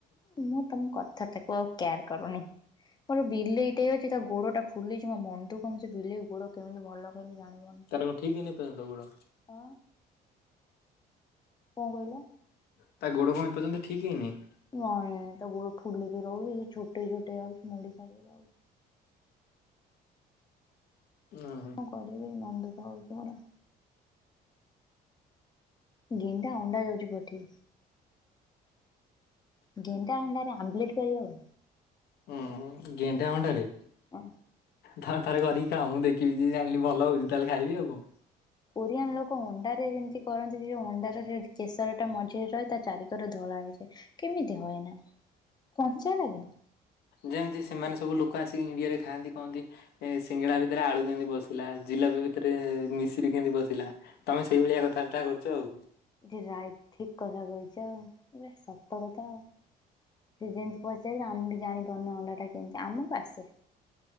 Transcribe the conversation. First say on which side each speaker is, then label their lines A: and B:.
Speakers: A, on the left; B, on the left.
A: ମୁଁ ତମ କଥାଟାକୁ ଆଉ କେୟାର କରୁନି, ମୋର ବିଲେଇଟେ ଅଛି ତା ଗୋଡଟା ଫୁଲିଛି ମୋ ମନଧୁକ ମୁଁ ସେ ବିଲେଇ ଗୋଡ଼ କେମିତି ଭଲ କରହିବେ ଜାଣିପାରୁନି।
B: ତାର କଣ ଠିକ ହେଇେ ନି ଏ ପର୍ଯ୍ୟନ୍ତ ତ ଗୋଡ?
A: ହଁ। କଣ କହିଲ?
B: ତା ଗୋଡ କ ଏ ପର୍ଯ୍ୟନ୍ତ ଠିକ ହେଇନି?
A: ନାଇଁ ତା ଗୋଡ ଫୁଲିକି ରହୁଛି ସେ ଛୋଟ ଛୋଟେ ଯାଉଛି ମୁଡି ଖାଇକି ଯାଉଛି।
B: ହୁଁ ହୁଁ।
A: କଣ କରିବି ମନ ଦୁଃଖ ହଉଛି ମୋର। ଗେଣ୍ଡା ଅଣ୍ଡା ଯାଉଛି ପଠିକି। ଗେଣ୍ଡା ଆଣ୍ଡରେ ଆମ୍ପ୍ଲିଟ କରିି ହେଵ?
B: ହଁ ଗେଣ୍ଡା ଅଣ୍ଡାରେ?
A: ହ।
B: ତମେ ଥରେ କରିକି ଖାଓ ମୁଁ ଦେଖିବୀ ଯେ ଜଣିଲି ଭଲ ହଉଛି ତାହେଲେ ଖାଇବି ଆଉ କଣ।
A: କୋରିଆନ୍ ଲୋକ ଅଣ୍ଡାରେ ଯେମିତି କରନ୍ତି ଯେଉ ଅଣ୍ଡାର କେଶରଟା ମଝିରେ ରହେ ତା ଚାରିିକର ଧଳା ହେଇାଯାଏ। କେମିତି ହଏନା କଞ୍ଚା ଲାଗନି?
B: ଯେମିତି ସେମାନେ ସବୁ ଲୋକ ଆସିକି ଇଣ୍ଡିଆରେ ଖାଆନ୍ତି କହନ୍ତି ଏ ସିଙ୍ଗଡା ଭିତରେ ଆଳୁ କେମିତି ପସିଲା, ଜିଲାପି ଭିତରେ ମିଶରିି କେମିତି ପସିଲା। ତମେ ସେଇଭଳିଆ କଥାବାର୍ତ୍ତା କରୁଛ ଆଉ।
A: ଏ ରାଇଟ ଠିକ କଥା କହିଛ ଆଉ ଶତ କଥା ଆଉ। ସେ ଯେମିତି ପଚାରିବେ ଆମ ବି ଜାଣିପାରୁନୁ ଅଣ୍ଡା ଟା କେମିତି ଆମକୁ ଆସେ।